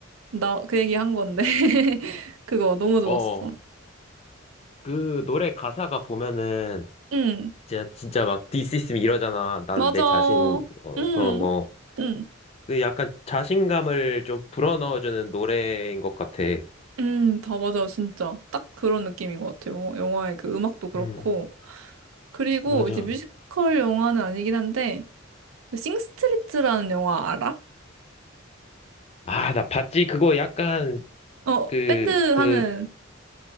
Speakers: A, on the right (about 80°); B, on the left (about 30°).
A: 나, 그 얘기 한 건데. <laughs> 그거 너무 좋았어.
B: 어, 그 노래 가사가 보면은,
A: 응,
B: 진짜, 진짜 막 디스 있으면 이러잖아. 난
A: 맞아.
B: 내 자신, 어,
A: 응,
B: 그런 거.
A: 응,
B: 그 약간 자신감을 좀 불어넣어주는 노래인 것 같아.
A: 응, 다 맞아. 진짜. 딱 그런 느낌인 것 같아요. 영화- 영화의 그 음악도 그렇고.
B: 음,
A: 그리고
B: 맞아.
A: 이제 뮤지컬 영화는 아니긴 한데, 그 싱스트리트라는 영화 알아?
B: 아, 나 봤지. 그거 약간,
A: 어,
B: 그,
A: 밴드
B: 그,
A: 하는,